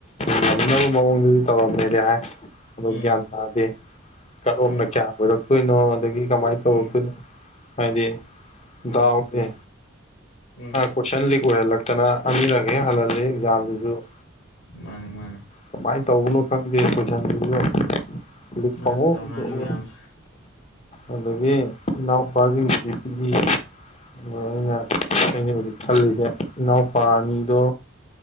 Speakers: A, on the left; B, on the left.
A: ꯉꯝꯅꯕ ꯃꯑꯣꯡꯗꯨꯗꯤ ꯇꯧꯔꯝꯃꯦꯗꯤ ꯍꯥꯏ ꯑ
B: ꯎꯝ
A: ꯒ꯭ꯌꯥꯟ ꯇꯥꯗꯦ ꯀꯔꯣꯝꯅ
B: ꯎꯝ
A: ꯀꯌꯥ ꯑꯣꯏꯔꯛꯇꯣꯏꯅꯣ ꯑꯗꯒꯤ ꯀꯃꯥꯏꯅ ꯇꯧꯔꯛꯇꯣꯏꯅꯣ
B: ꯎꯝ
A: ꯍꯥꯏꯗꯤ
B: ꯎꯝ
A: ꯗꯥꯎ ꯖꯦ
B: ꯎꯝ
A: ꯀꯣꯏꯁꯟ ꯂꯤꯛ ꯑꯣꯏꯍꯜꯂꯛꯇꯅ ꯄꯤꯔꯒꯦ ꯍꯜꯜꯂ ꯑꯦꯛꯖꯥꯝꯗꯨꯁꯨ
B: ꯃꯥꯅꯤ ꯃꯥꯅꯤ
A: ꯀꯃꯥꯏꯅ ꯇꯧꯕꯅꯣ ꯈꯪꯗꯦ ꯀꯣꯏꯁꯟꯁꯨ ꯍꯧꯛ
B: ꯃꯥꯅꯤ
A: ꯐꯪꯉ
B: ꯇꯧꯅꯔꯤ ꯃꯌꯥꯝꯁꯦ
A: ꯑꯗꯒꯤ ꯏꯅꯥꯎꯄꯥꯁꯤꯡꯁꯤꯗꯤ ꯄꯤꯕꯤ ꯑ ꯑꯩꯅ ꯑꯩꯅ ꯍꯧꯖꯤꯛ ꯈꯜꯂꯤꯁꯦ ꯏꯅꯥꯎꯄꯥ ꯑꯅꯤꯗꯣ